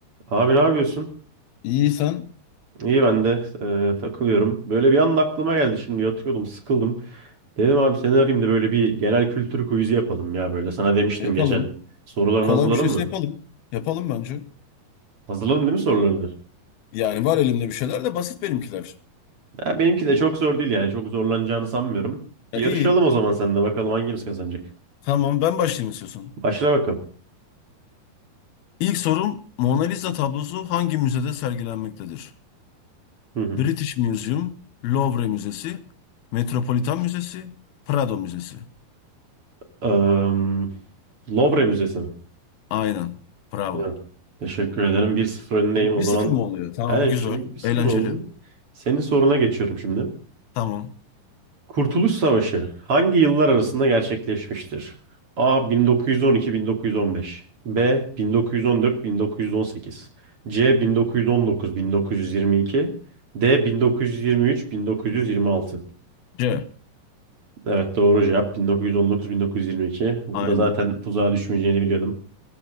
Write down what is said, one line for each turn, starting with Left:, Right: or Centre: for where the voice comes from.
Right: Abi ne yapıyorsun?
Left: İyiysen
Right: İyi ben de e, takılıyorum. Böyle bir anda aklıma geldi şimdi yatıyordum sıkıldım. Dedim abi seni arayayım da böyle bir genel kültür quiz'i yapalım ya böyle. Sana demiştim
Left: yapalım.
Right: geçen. Sorularını
Left: Kolay
Right: hazırladın
Left: bir şeyse
Right: mı?
Left: yapalım. Yapalım bence.
Right: Hazırladın değil mi sorularını?
Left: Yani var elimde bir şeyler de basit benimkiler.
Right: Ya benimki de çok zor değil yani çok zorlanacağını sanmıyorum.
Left: Ya
Right: Bir yarışalım
Left: iyi.
Right: o zaman sen de bakalım hangimiz kazanacak.
Left: Tamam ben başlayayım istiyorsan.
Right: Başla bakalım.
Left: İlk sorum Mona Lisa tablosu hangi müzede sergilenmektedir?
Right: Hı hı.
Left: British Museum, Louvre Müzesi, Metropolitan Müzesi, Prado Müzesi.
Right: Am, Louvre Müzesi mi?
Left: Aynen. Bravo.
Right: Ya, teşekkür ederim. 1-0 öndeyim
Left: Bir
Right: o zaman.
Left: sıfır mı oluyor? Tamam
Right: Aynen
Left: güzel.
Right: şimdi bir sıfır
Left: Eğlenceli.
Right: oldu. Senin soruna geçiyorum şimdi.
Left: Tamam.
Right: Kurtuluş Savaşı hangi yıllar arasında gerçekleşmiştir? A. 1912-1915 B. 1914-1918 C. 1919-1922 D. 1923-1926
Left: C.
Right: Evet doğru cevap 1919-1922. Burada
Left: Aynen.
Right: zaten tuzağa düşmeyeceğini biliyordum.